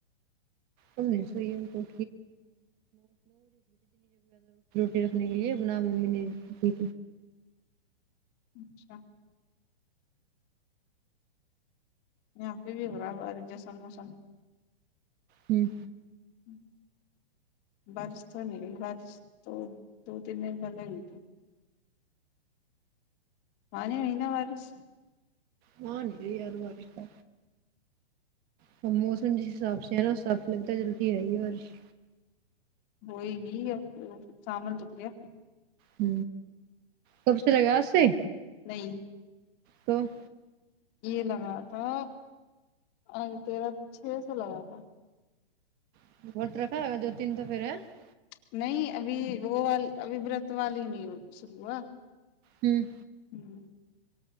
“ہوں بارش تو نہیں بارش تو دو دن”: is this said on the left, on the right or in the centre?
Left